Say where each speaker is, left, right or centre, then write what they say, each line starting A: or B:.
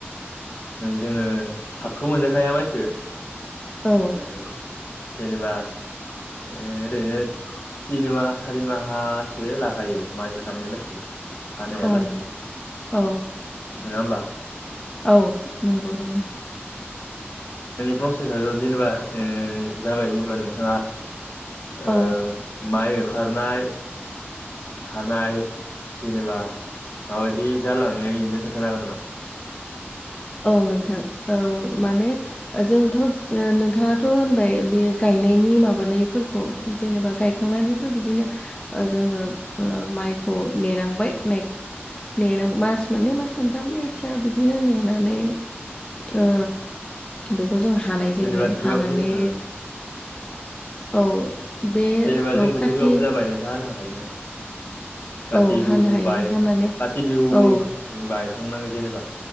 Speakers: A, on the left; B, on the left.
A: जोंङो थाबथ' मोनजाखाया माइखो
B: औ
A: ओ जेनेबा ओरैनो तिनि माह सारि माहासो लाखायो माइ खारनाय लासे हानाया
B: औ
A: लासै नङा
B: औ
A: होमबा
B: औ नंगौ नंगौ
A: प्रसेसथ' जेनेबा जाबाय ओ जेनेबा नोंथाङा
B: औ
A: ओ माइ होखारनाय हानाय जेनेबा माबायदि जालाङो बेनिनो खोन्थानो हागोन नामा?
B: औ नोंथां औ माने जोंथ ओ' नोंथाङाथ' होनबाय बे गायनायनि माबानायफोरखौ जेनेबा गायखानानैथ बिदिनो ओ जोङो माइखौ नेनांबाय नै। नेेनाव मास मोननै मास मोनथाम जायखिजाया बिदिनो नेेन। नै ओ बेखौ जों हानाय जायो
A: जेनेबा दुर्गा
B: हानानै
A: फुजा ओ
B: औ। बे
A: जेनेबा
B: औ
A: जोंथ'
B: खाथि
A: दुर्गा फुजा बायनासो हानो हायो ना। काथि
B: औ हानो
A: बिहु
B: हायो
A: बाय
B: हानानै
A: काथि बिहु
B: औ
A: बायखांनांगौ जेनेबा